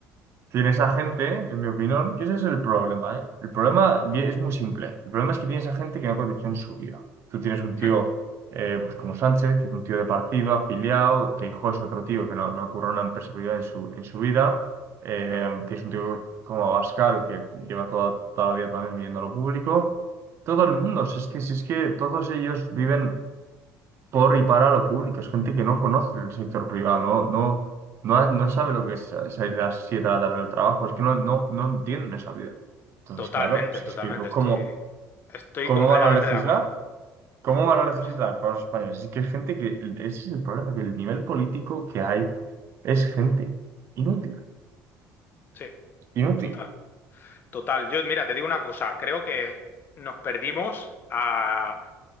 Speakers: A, on the right; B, on the left.
A: Tienes a gente, en mi opinión, que ese es el problema, ¿eh? El problema vie- es muy simple. El problema es que tienes a gente que no cotiza en su vida. Tú tienes un tío,
B: Mm,
A: eh, pues como Sánchez, que es un tío de partido, afiliado, Feijóo es otro tío que no, no ocurre una empresa privada en su, en su vida. Eh,
B: mm,
A: tienes un tío como Abascal, que lleva toda, toda la vida también viviendo a lo público. Todo el mundo, si es que, si es que todos ellos viven por
B: mm.
A: y para lo público. Es gente que no conoce el sector privado, no, no, no, ha- no sabe lo que es salir de las 7 de la tarde del trabajo, es que no, no, no entienden esa vida. Entonces,
B: Totalmente,
A: claro, si
B: totalmente.
A: es que ¿cómo,
B: Estoy, estoy
A: cómo
B: completamente
A: van a legislar?
B: de acuerdo.
A: ¿Cómo
B: Mm,
A: van a legislar
B: Sí, sí,
A: para los españoles? Es que es gente que, ese es el problema, que el nivel político que hay es gente inútil,
B: sí,
A: inútil.
B: total. Total. Yo, mira, te digo una cosa. Creo que nos perdimos a